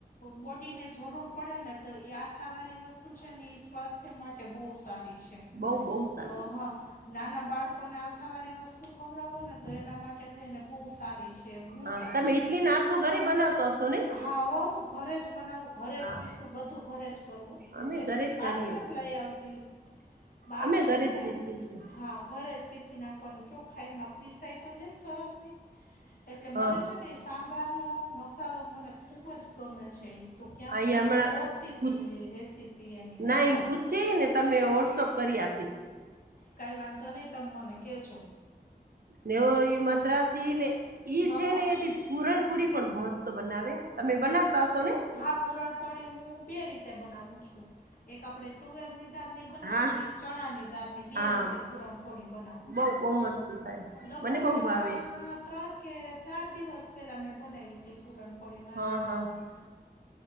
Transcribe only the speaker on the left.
બોડીને જરૂર પડે ને તો એ આથાવાળી વસ્તુ વસ્તુ છેની સ્વાસ્થ્ય માટે બો સારી છે
અ
હા. નાના બાળકોને હાથા વાળી વસ્તુ ખવરવો ને તો એના માટે થઈને બહુ સારી છે. ગુણકારી
હા હું ઘરે જ બનાવ- ઘરે
જ પીસું બધું ઘરે જ કરવું હું
રેસીપ
બહાર
થી નથી-
લઈ આવતી બાર
થી
છે
ને
હા ઘરે જ- પીસી નાખવાનું ચોખ્ખા એમાં પીસાય તો જાય સરસ થી એટલે
મને છે ને- સાંભારનો મસાલો મને ખૂબ જ ગમે છે. ઈ- તો ક્યાંકથી
હું ગોતી
તી રેસીપી એની મસ
કઈ વાંધો નહી તમ મને કે જો.
હા
હા
હા પુરણપોળી હું બે રીતે બનાવું છું એક આપડે તુવેરની દાળ- ની બનાવું
ને એક ચણાની દાળ ની બે
રીતે પુરણપોળી બનાવું
છું.
લગભગ
મેં
હમણાં ત્રણ- કે ચાર દિવસ પહેલાં મેં બનાવી હતી પૂરણપોળી મારા-